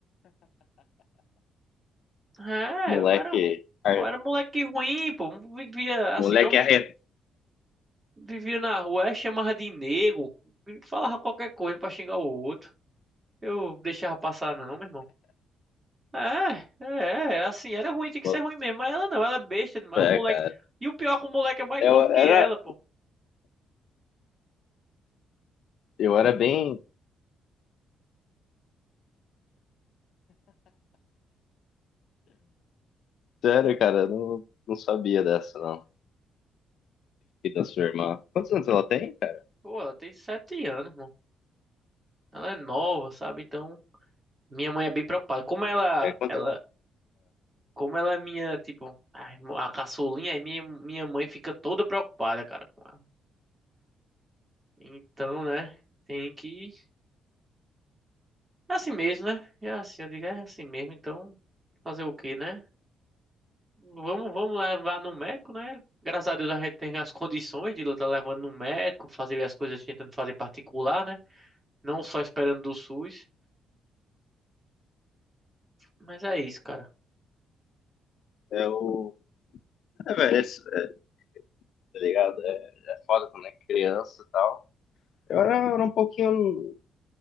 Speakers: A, on the right (about 20°); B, on the left (about 70°).
A: É,
B: Moleque.
A: eu era,
B: ar-
A: eu era moleque ruim, pô. Não Vivia assim,
B: Moleque
A: não vi-
B: arreto.
A: vivia na rua, é, chamava de nego. Falava qualquer coisa pra xingar o outro. Eu deixava passar, não, meu irmão. É, é, é, assim, era ruim, tinha que
B: Bota
A: ser ruim mesmo. Mas ela não, ela é besta demais.
B: cara.
A: Um moleque. E o pior é que o moleque é mais
B: Eu
A: gordo que
B: era,
A: ela, pô.
B: eu era bem. Sério, cara. eu Não, não sabia dessa, não. E da sua irmã. Quantos anos ela tem, cara?
A: Pô, ela tem sete anos, mano. Ela é nova, sabe? Então, minha mãe é bem preocupada. Como ela,
B: É quantos.
A: ela, como ela é minha, tipo, a, irmã- a caçulinha, aí minha, minha mãe fica toda preocupada, cara, com ela. Então, né? Tem que. É assim mesmo, né? É assim, eu digo, é assim mesmo. Então, fazer o quê, né? Vamos, vamos levar no médico, né? Graças a Deus a gente tem as condições de estar levando no médico, fazer as coisas tentando fazer particular, né? Não só esperando do SUS. Mas é isso, cara.
B: É o. É, velho, é, isso, é, tá ligado? É, é foda quando é criança e tal. Eu era, eu era um pouquinho.